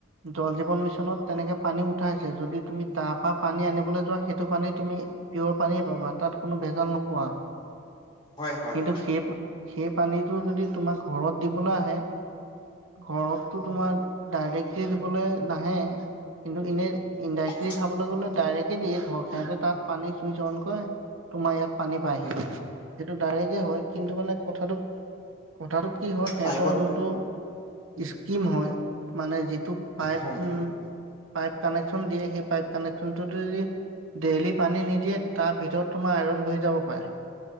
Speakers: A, on the right; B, on the left.
A: জল জীৱন মিছনত তেনেকে পানী উঠাইছে যদি তুমি তাৰ পৰা পানী আনিবলৈ যোৱা সেইটো পানী তুমি পিয়ৰ পানীয়ে পাবা তাত কোনো ভেজাল নোপোৱা।
B: হয়, হয়,
A: কিন্তু
B: হয়।
A: সেই সেই পানীটো যদি তোমাক ঘৰত দিবলৈ আহে, ঘৰততটো তোমাৰ ডাইৰেক্টকে দিবলৈ নাহে, কিন্তু ইনে ইনডাইৰেকটলি
B: হয়
A: খাবলৈ গ'লে ডাইৰেক্ট দিয়ে ঘৰ সিহঁৰ তাত পানী ছুইচ অন তোমাৰ ইয়াত পানী পাই আহি
B: হয়
A: সেইটো ডাইৰেক্টয়ে হয় কিন্তু মানে কথাটো কথাটো কি হয় সিহঁতৰ
B: পাইপত
A: যোনটো ইচ টিম হয় মানে যি তুক পাইপ
B: হয়
A: উম পাইপ কানেকশ্যন দিয়ে সেই পাইপ কানেকশ্যনটো যদি ডেইলী পানী নিদিয়ে তাৰ ভিতৰত তোমাৰ আইৰণ বহি যাব পাৰে।